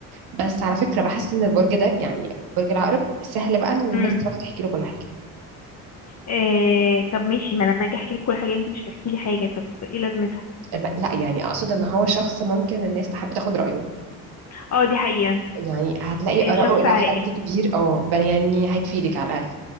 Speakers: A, on the right (about 70°); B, on the left (about 40°).
A: بس على فكره بحس ان البرج ده يعني برج العقرب سهل بقى ان الناس
B: امم
A: تروح تحكي له كل حاجه
B: إيه طب ماشي ما انا لما اجي احكي لك كل حاجه انت مش هتحكي لي حاجه طب ايه لازمتها
A: الم- لا يعني اقصد ان هو شخص ممكن الناس تحب تاخد رايه
B: اه دي حقيقه
A: يعني هتلاقي
B: إيه
A: آراءه
B: شخص
A: إلى
B: عاقل
A: حد كبير اه بل يعني هتفيدك على الأقل